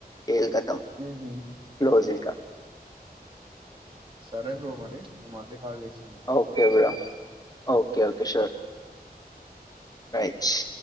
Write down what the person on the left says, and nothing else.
కేల్ కతా
రోజ్ ఇంక
okay bro okay okay sure right